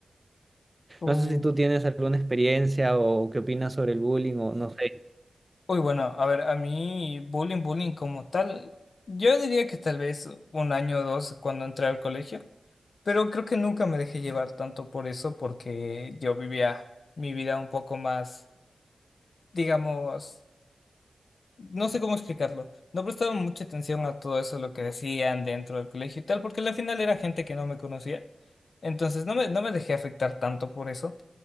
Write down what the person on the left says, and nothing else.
Uy,
uy, bueno, a ver, a mí bullying, bullying como tal, yo diría que tal vez un año o dos cuando entré al colegio. Pero creo que nunca me dejé llevar tanto por eso porque yo vivía mi vida un poco más, digamos, no sé cómo explicarlo. No prestaba mucha atención a todo eso, lo que decían dentro del colegio y tal, porque al final era gente que no me conocía. Entonces no me, no me dejé afectar tanto por eso.